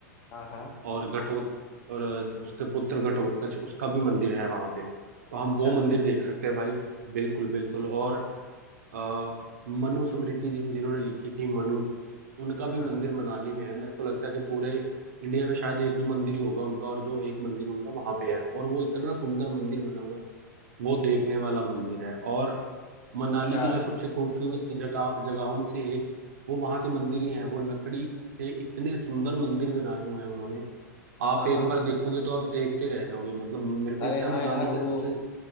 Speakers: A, on the left (about 35°); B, on the right (about 60°).
A: हाँ हाँ
B: और घटोत और उसके पुत्र घटोत्कच उसका भी मंदिर है वहां पे तो हम
A: अच्छा
B: वो मंदिर देख सकते हैं भाई बिल्कुल बिल्कुल और अ, मनु स्मृति जिन जिन्होंने लिखी थी मनु उनका भी
A: हाँ हाँ
B: मंदिर मनाली में है मेरे को लगता है कि पूरे इंडिया में शायद एक दो मंदिर ही होगा उनका और जो एक मंदिर उनका वहां पे है और वो इतना सुंदर मंदिर बना हुआ है वो देखने वाला मंदिर है और मनाली
A: अच्छा
B: की जो सबसे खूबसूरत जगह जगहों में से एक वो वहां के मंदिर ही है वो लकड़ी से इतने सुंदर मंदिर बनाए हुए हैं उन्होंने आप
A: हाँ
B: एक
A: हाँ
B: बार देखोगे तो आप देखते रह जाओगे मतलब मेरे को
A: अरे
B: लगता
A: हाँ
B: है मनाली
A: यार वो
B: के सबसे